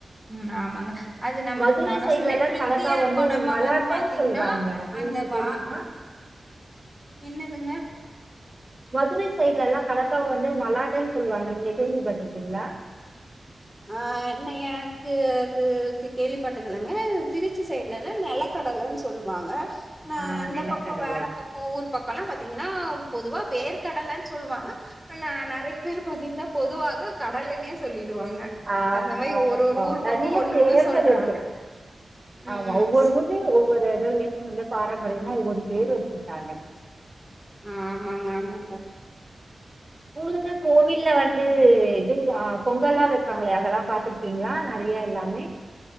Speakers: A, in the centre; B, on the right.
A: ம் ஆமாங்க அது நம்மளுக்கு
B: மதுரை
A: மனசுமே
B: சைடு்லல்லா
A: திருப்தியா
B: கலக்கா
A: இருக்கு
B: வந்து
A: நம்ம
B: மலாட்டன்
A: வந்து பாத்தீங்கன்னா
B: சொல்லுவாங்க எதுக்கு
A: அந்த வா
B: தெரியுமா
A: என்னதுங்க
B: மதுரை சைடுலல்லாம் கலக்காவ வந்து மலாட்டை ன்னு சொல்லுவாங்க நீங்க கேள்விப்பட்ருக்கீங்ளா
A: ஆ என்ன எனக்கு கு து கேள்விப்பட்டதுல்லங்க திருச்சி சைடுலல்லா நெலக் கடலன்னு சொல்வாங்க ந
B: ஆ
A: இந்த
B: நிலக்கடலை
A: பக்கம் வேற பக் ஊர் பக்கம்லாம் பாத்தீங்கன்னா பொதுவா வேர்கடலன்னு சொல்வாங்க நா நறைய பேர் பாத்தீங்கன்னா பொதுவாக கடலைனே சொல்லிடுவாங்க
B: ஆ
A: அந்த மாரி
B: ஆமா
A: ஒரு ஒரு ஊர்
B: நறைய
A: பக்கம் ஒன்னொன்னு
B: செயர்கள்
A: சொல்றாங்க.
B: இருக்கு
A: ம்.
B: ஆமா ஒவ்வொரு
A: ஸ்
B: ஊர் ங்க ஒவ்வொரு இடமு வந்து பாரம்பரியம்னா ஒவ்வொரு பேர் வச்சிருக்காங்க
A: ஆ ஆமாங்க ஆமாங்க
B: உங்களுக்கு கோவில்ல வந்து இது பொங்கல்லா வைப்பாங்களே அதெல்லா பாத்து இருங்களா நறையா எல்லாமே